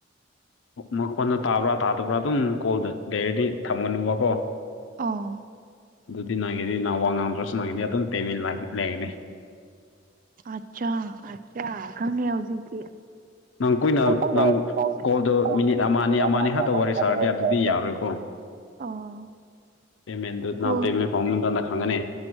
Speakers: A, on the left; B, on the right.
A: ꯃꯈꯣꯟꯗꫭ ꯇꯥꯕ꯭ꯔꯥ ꯇꯥꯗꯕ꯭ꯔꯥ ꯑꯗꯨꯝ ꯀꯣꯜꯗ ꯂꯩꯔꯗꯤ ꯊꯝꯒꯅꯨꯕꯀꯣ
B: ꯑꯣ
A: ꯑꯗꯨꯗꯤ ꯅꯪꯉꯒꯤꯗꯤ ꯅꯍꯥꯟꯋꯥ ꯉꯥꯡꯝꯗ꯭ꯔꯁꯨ ꯅꯪꯒꯅꯤ ꯑꯗꯨꯝ ꯄꯦꯃꯦꯟ ꯂꯩꯒꯅꯤ
B: ꯑꯆꯥ ꯑꯆꯥ ꯈꯪꯉꯦ ꯍꯧꯖꯤꯛꯇꯤ
A: ꯅꯪ ꯀꯨꯏꯅ
B: ꯑꯩꯅ
A: ꯅꯪ ꯀꯣꯜꯗꯣ
B: ꯑꯩꯗꯤ
A: ꯃꯤꯅꯤꯠ ꯑꯃꯅꯤ ꯑꯃꯅꯤ
B: ꯑꯃ ꯑꯅꯤ
A: ꯈꯗ ꯋꯥꯔꯤ
B: ꯈꯛꯇ
A: ꯁꯥꯔꯒꯦ ꯑꯗꯨꯗꯤ
B: ꯁꯥꯔꯒ
A: ꯌꯥꯔꯣꯏꯀꯣ
B: ꯑꯣ
A: ꯄꯃꯦꯟꯗꫭ
B: ꯐꯨꯜ
A: ꯅꯪ ꯄꯃꯦꯟ ꯐꯣꯕ ꯃꯇꯝꯗ ꯈꯪꯒꯅꯦ